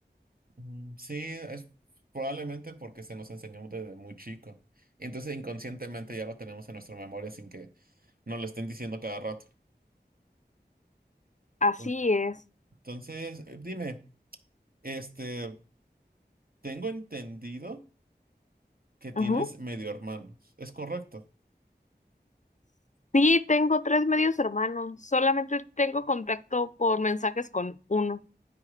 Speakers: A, on the right (about 55°); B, on the left (about 45°).
A: mm, sí, es probablemente porque se nos enseñó desde muy chico. Y entonces inconscientemente ya lo tenemos en nuestra memoria sin que nos lo estén diciendo cada rato.
B: Así
A: Ent-
B: es.
A: Entonces, eh, dime, este, tengo entendido que tienes
B: Ujú.
A: medio hermanos. ¿Es correcto?
B: Sí, tengo tres medios hermanos. Solamente tengo contacto por mensajes con uno.